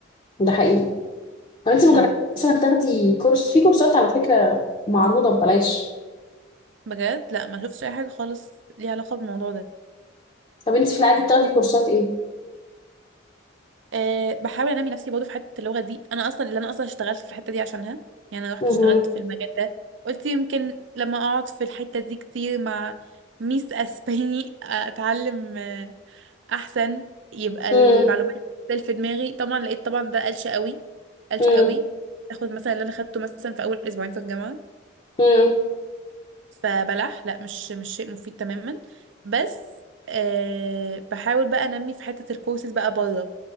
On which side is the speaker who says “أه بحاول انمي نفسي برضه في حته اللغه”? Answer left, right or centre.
Right